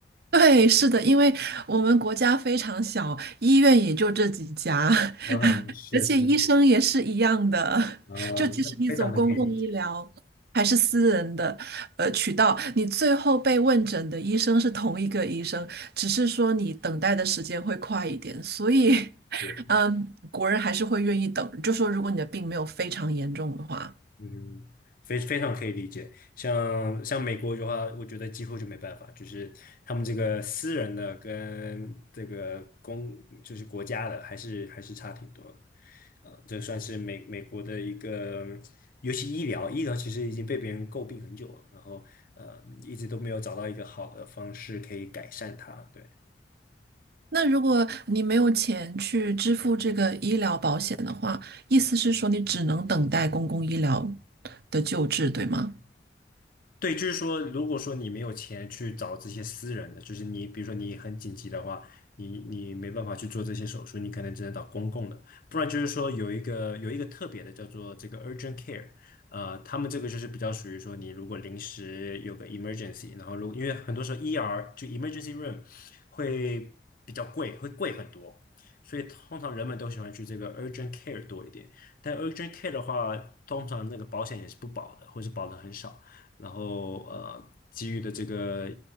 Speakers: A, on the right; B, on the left.
A: 对，是的，因为我们国家非常小，医院也就这几家，
B: 嗯，
A: <laughs>
B: 是是，
A: 而且医生也是一样的。
B: 啊，
A: 就即使你走公共医疗还是私人的呃渠道，
B: 那非常的可以理解，
A: 你最后被问诊的医生是同一个医生，只是说你等待的时间会快一点。所以，<laughs>
B: 对，
A: 嗯，国人还是会愿意等，就说如果你的病没有非常严重的话。
B: 嗯，非非常可以理解。像像美国的话，我觉得几乎就没办法，就是他们这个私人的跟这个公，就是国家的，还是还是差挺多的。呃，这算是美美国的一个，尤其医疗，医疗其实已经被别人诟病很久了，然后呃，一直都没有找到一个好的方式可以改善它，对。
A: 那如果你没有钱去支付这个医疗保险的话，意思是说你只能等待公共医疗的救治，对吗？
B: 对，就是说，如果说你没有钱去找这些私人的，就是你，比如说你很紧急的话，你你没办法去做这些手术，你可能只能找公共的，不然就是说有一个有一个特别的叫做这个 urgent care，呃，他们这个就是比较属于说你如果临时有个 emergency，然后如因为很多时候 ER 就 emergency room 会比较贵，会贵很多，所以通常人们都喜欢去这个 urgent care 多一点，但 urgent care 的话，通常那个保险也是不保的，或是保的很少。然后呃，给予的这个